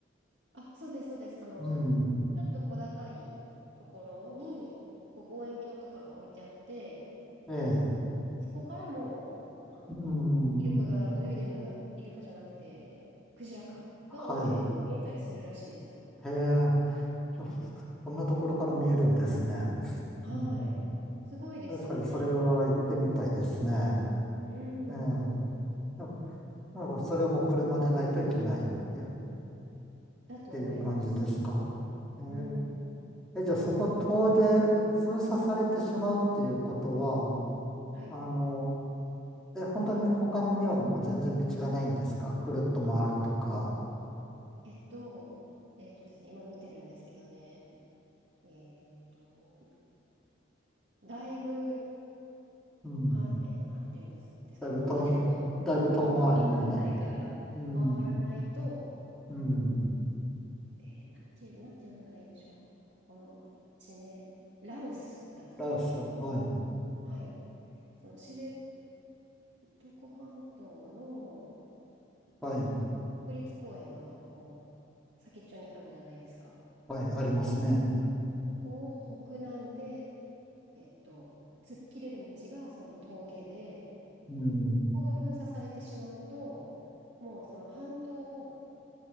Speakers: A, on the right; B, in the centre.
A: あ、そうです、そうです。あの、
B: うん。
A: なんか、ちょっと小高いところに、こう、望遠鏡とかが置いてあって、
B: ええ。
A: あ、そこ、そこからもう、あの、
B: うん。
A: イルカが泳いでるのが、
B: うん
A: イルカじゃなくて、クジラか、が泳いでるのが見えたりするらしいですよ。
B: はい。へえ。そ
A: うん
B: そんなところから見えるんですね。
A: はい。
B: うん。
A: すごいですよね。
B: 確かにそれは行ってみたいですね。
A: うん。
B: ええ。やっぱなんかそれはもう車でないといけないえっ
A: だと思います。
B: ていう感じですか。え
A: うん。
B: え。え、じゃあそこ遠出封鎖されてしまうっていうことは、
A: はい。
B: あの、え、本当に他にはもう全然道がないんですかぐるっと回るとか。
A: えっと、えっとですね、今見てるんですけどね、えっと、だいぶ、
B: うん。
A: は、え、なんて言うんですですかね、
B: だいぶ遠、
A: 本当にも
B: だいぶ遠回りになる。
A: う、ま、真反対から回らないと、
B: うん。うん。
A: えーなんていう、なんて呼んだらいいんでしょう。ここの地名、ラウスだったかな。
B: ラオス、はい。
A: はい。その知床半島の、
B: はい。
A: えーと、国立公園がこう、先っちょにあるじゃないですか。
B: はい。ありますね。
A: そこを北南で、えっと、突っ切れる道がその峠で、
B: うん。
A: そこが封鎖されてしまうと、もうその半島を